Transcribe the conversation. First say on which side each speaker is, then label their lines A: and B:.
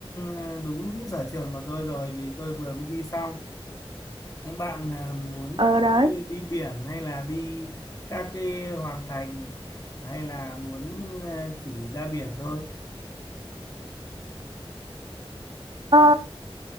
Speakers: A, on the left (about 35°); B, on the right (about 60°).
A: à, đúng sở trường của tôi rồi vì tôi vừa mới đi xong. Thế bạn à, muốn
B: Ờ đấy.
A: đi, đi biển hay là đi các cái hoàng thành hay là muốn à, chỉ ra biển thôi?
B: Ờ,